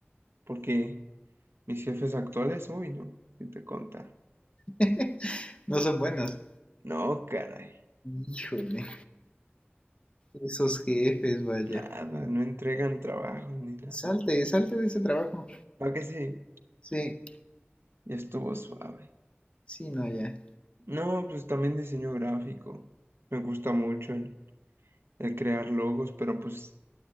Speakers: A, on the right (about 75°); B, on the left (about 25°).
A: porque mis jefes actuales, uy, no, si te contar.
B: <laughs> No son buenos.
A: No, caray,
B: Híjole, esos jefes, vaya.
A: nada, no entregan trabajos ni nada.
B: Salte, salte de ese trabajo.
A: ¿Para que sí?
B: Sí,
A: Ya estuvo suave.
B: sí, no, ya.
A: No, pues también diseño gráfico. Me gusta mucho el, el crear logos, pero pues,